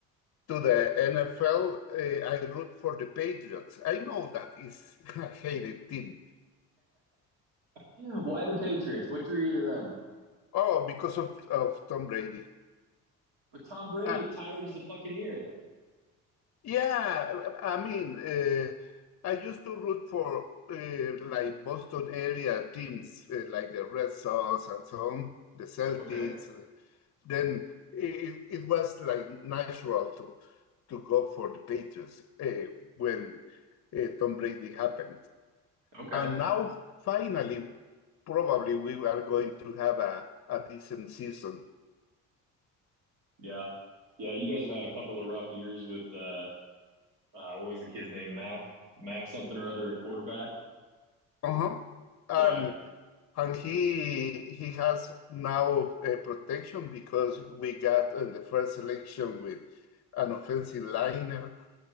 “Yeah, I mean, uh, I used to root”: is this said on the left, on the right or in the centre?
Left